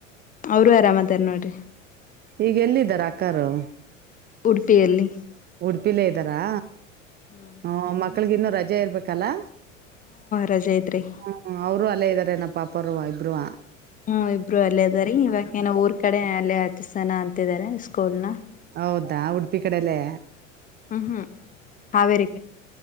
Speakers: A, on the left; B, on the right.
A: ಅವರು ಆರಾಮದಾರ ನೋಡ್ರಿ
B: ಈಗ ಎಲ್ಲಿದ್ <unintelligible> ದ್ದರಾ ಅಕ್ಕಾರು <unintelligible>
A: ಉಡುಪಿ ಎಲ್ಲಿ
B: ಉಡುಪಿಲೇ ಇದ್ದಾರಾ
A: ಹ್ಮ
B: ಹ ಮತ್ತ <unintelligible> ಮಕ್ಳಗ್ ಇನ್ನೂ ರಜೆ ಇರ್ಬೇಕಲ್ಲಾ
A: ರಜೆ ಐತ್ರಿ
B: ಹ್ಮ ಅವ್ರು ಅಲ್ಲೇ ಇರದ್ ಅಂದ್ರೆ ನಮ್ ಪಾಪರೊ ಇಬ್ರುವ.
A: ಹ್ಮ್ ಇಬ್ರು ಅಲ್ಲೇ ಇದಾರಿ ಇವಕ್ ಏನ ಊರ್ ಕಡೆ ಅಲ್ಲೇ. ಸನಾ ಅಂತಿದ್ದಾರೆ ಸ್ಕೂಲ್ನ.
B: ಹೌದಾ ಉಡ್ಪಿ ಕಡೆಲ್ಲೇ.
A: ಹ್ಮ್ ಹು. ಹಾವೇರಿ ಬಿಟ್